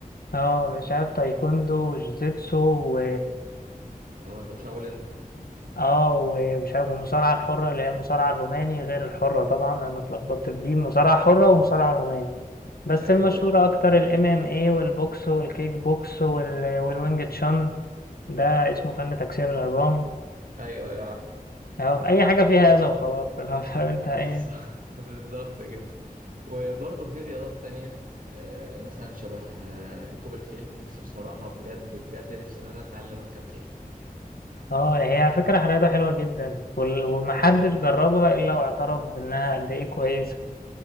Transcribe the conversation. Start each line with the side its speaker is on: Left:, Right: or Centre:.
Left: اه مش عارف تايكوندو وجوجيتسو و
Right: اه شاولين
Left: اه ومش عارف والمصارعة الحرة اللي هي المصارعة الروماني غير الحرة طبعا أنا اتلخبطت في دي مصارعة حرة
Right: اه
Left: ومصارعة روماني بس
Right: ايوه
Left: المشهورة
Right: ايوه
Left: أكتر ال MMA والبوكس والكيك بوكس وال... والوينج تشان ده اسمه فن تكسير العظام
Right: ايوه ايوه عارف
Left: أهو أي حاجة فيها أذى وخلاص <laughs> اللي هو فاهم أنت
Right: آه،
Left: إيه
Right: بالظ- <laughs> بالظبط كده وبرضه في رياضات تانية آه مثلا شبه آه، ركوب الخيل نفسي بصراحة بجد بجد نفسي ان انا اتعلم اركب خيل
Left: اه هي فكرة رياضة حلوة جدا وال... ومحدش
Right: اه
Left: جربها إلا واعترف بإنها قد إيه كويسة